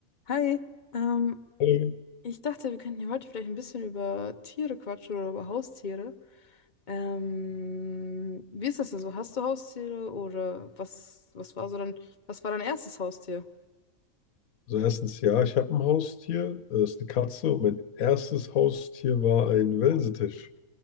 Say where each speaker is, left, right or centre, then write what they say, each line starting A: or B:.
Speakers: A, on the left (about 35°); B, on the left (about 80°).
A: Hi, ähm,
B: Ähm,
A: ich dachte, wir könnten hier heute vielleicht ein bisschen über Tiere quatschen oder über Haustiere. Ähm, wie ist das denn so? Hast du Haustiere oder was, was war so dein, was war dein erstes Haustier?
B: Also erstens, ja, ich habe ein Haustier, das ist eine Katze und mein erstes Haustier war ein Wellensittich,